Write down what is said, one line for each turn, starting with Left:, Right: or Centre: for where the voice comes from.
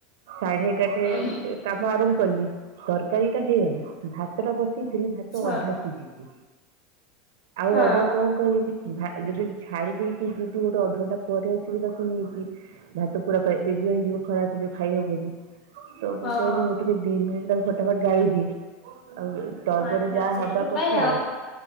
Right: ସାଢେ ଏଗାରଟା ସେ
Left: ହଁ।
Right: କାମ ଆରମ୍ଭ କରଲିି ତରକାରୀ ଟା ହେଇଗଲା, ଭାତ ଟା ବସେଇଥିଲି ଭାତ
Left: ହଁ
Right: ଅଧା ସିଝିଛି। ଆଉ
Left: ହଁ
Right: ଅଧା କଣ କହିବି ଯଦି ଛାଡି ଦେଉଚି ଯିଦି ଗୋଟେ ଅଧଘଣ୍ଟା ପରେ ଆସିବି ତାକୁ ନେଇକି ଭାତ ପୁରା ପେଜୁଆ ହେଇଯିବ ଖରାପ ହେଇଯିବ ଖାଇହବନି ତ ମୁଁ
Left: ହଁ।
Right: କହିଲି ହୋ ଟିକେ ଦି ମିନିଟ ତାକୁ ଫଟା ଫଟ୍ ଗାଳି ଦିଏ ଆଉ ତରବରରେ
Left: ଆଚ୍ଛା
Right: ଯାହା
Left: ସେଥିପାଇଁ
Right: ହବା କଥା ଆଉ